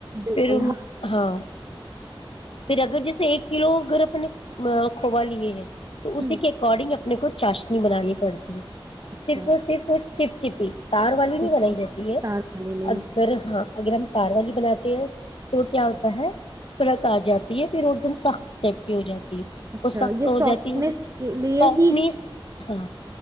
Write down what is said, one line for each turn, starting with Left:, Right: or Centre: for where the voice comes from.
Right: بالکل
Left: پھر
Right: ہاں
Left: ہاں پھر اگر جیسے ایک کلو اگر اپ نے کھوا لیے ہیں تو اسی
Right: ہ
Left: کے اکارڈنگ اپ ن کو چاش کنی بنانی پڑتی ہے
Right: اچھا
Left: صرفو صرف چپ چپی تار والی نہیں
Right: ٹھیک
Left: بنائی جاتی ہے
Right: تار والی نہیں
Left: اگر ہاں اگر ہم تار والی بناتے ہیں تو کیا ہوتا ہے کڑک آ جاتی ہے پھر ایک دم سخت ٹائپ کی ہو جاتی
Right: اچھا
Left: وہ سخت
Right: یہ
Left: ہو
Right: سافٹنیس
Left: جاتی ہے
Right: کے لیے
Left: سافٹنیس
Right: ہی
Left: ہاں